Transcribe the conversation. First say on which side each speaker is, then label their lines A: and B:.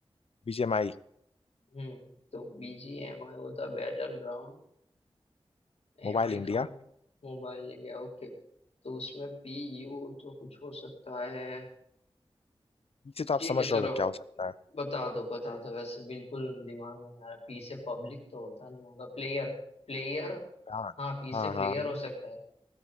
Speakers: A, on the left; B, on the left.
A: बीजीएमआई
B: हम्म तो बी जी एम आई होता बैटल ग्राउंड
A: मोबाइल
B: एम आई
A: इंडिया
B: का मन मोबाइल इंडिया ओके तो उसमें पी यू तो कुछ हो सकता है
A: पी से तो
B: ठीक
A: आप समझ
B: है
A: रहोगे
B: चलो
A: क्या हो सकता है
B: बता दो बता दो ऐसे बिल्कुल दिमाग में नहीं आ रहा पी से पब्लिक तो होता नहीं होगा प्लेयर प्लेयर
A: हाँ
B: हाँ पी
A: हाँ
B: से प्लेयर
A: हाँ
B: हो सकता है